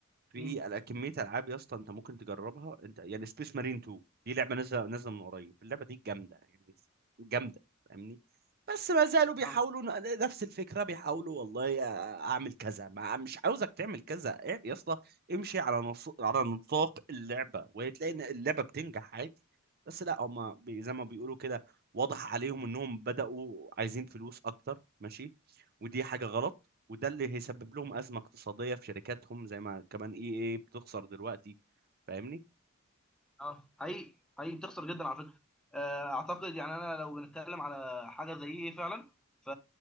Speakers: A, on the right; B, in the centre.
A: في
B: مم.
A: على كميه العاب يا اسطى انت ممكن تجربها انت يعني سبيس مارين 2 دي لعبه نازله نازله من قريب اللعبه دي جامده يعني جامده فاهمني بس ما زالوا بيحاولوا
B: اه
A: ن- نفس الفكره بيحاولوا والله اعمل كذا ما مش عاوزك تعمل كذا إيه يا اسطى امشي على نص... على نطاق اللعبه وهتلاقي ان اللعبه بتنجح عادي بس لا هما بي... زي ما بيقولوا كده واضح عليهم انهم بداوا عايزين فلوس اكتر ماشي ودي حاجه غلط وده اللي هيسبب لهم أزمة اقتصادية في شركاتهم زي ما كمان اي اي بتخسر دلوقتي فاهمني
B: اه حقيقي حقيقي بتخسر جدا على فكره آه، اعتقد يعني انا لو بنتكلم على حاجه زي ايه فعلا ف...